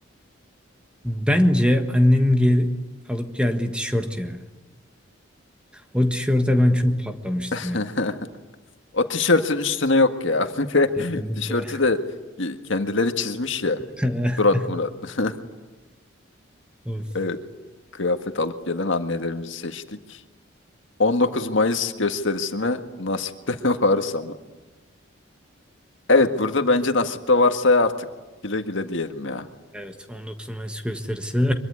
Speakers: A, in the centre; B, on the left.
A: Bence annenin gel alıp geldiği tişört ya. O tişörte ben çok patlamıştım
B: <laughs>
A: ya.
B: O tişörtün üstüne yok ya. <laughs>
A: Kesinlikle.
B: Tişörtü de kendileri çizmiş ya.
A: <laughs>
B: Murat Murat. <laughs>
A: Of,
B: Evet. Kıyafet alıp gelen annelerimizi seçtik. 19 Mayıs gösterisi mi? Nasipte <laughs> varsa mı? Evet burada bence nasipte varsa ya artık güle güle diyelim ya.
A: evet 19 Mayıs gösterisi